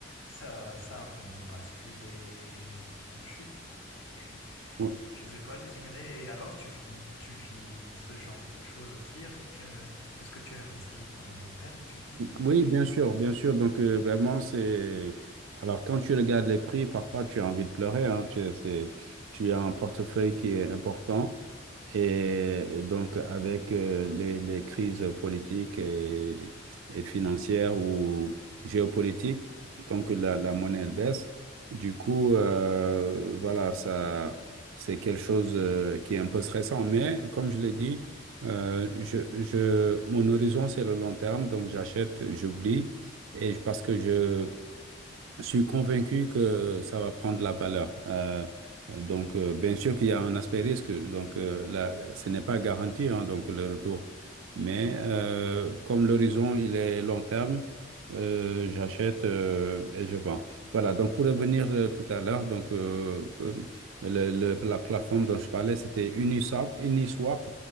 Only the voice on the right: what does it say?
oui.
Oui, bien sûr, bien sûr. Donc, euh, vraiment, c'est... Alors, quand tu regardes les prix, parfois, tu as envie de pleurer. hein. Tu, c'est... tu as un portefeuille qui est important. Et donc, avec euh, les, les crises politiques et, et financières ou géopolitiques, comme que la, la monnaie, elle baisse, du coup, euh, voilà, ça, c'est quelque chose euh, qui est un peu stressant. Mais comme je l'ai dit, euh, je, je, mon horizon, c'est le long terme. Donc, j'achète, j'oublie. Et je- parce que je je suis convaincu que ça va prendre la valeur. Euh, euh, donc, euh, bien sûr qu'il y a un aspect risque. Donc, euh, là, ce n'est pas garanti, hein, donc le retour. Mais euh, comme l'horizon, il est long terme, euh, j'achète euh, et je vends. Voilà. Donc, pour revenir euh, tout à l'heure, donc euh, euh, le- le- la plateforme dont je parlais, c'était Uniswap, Uniswap,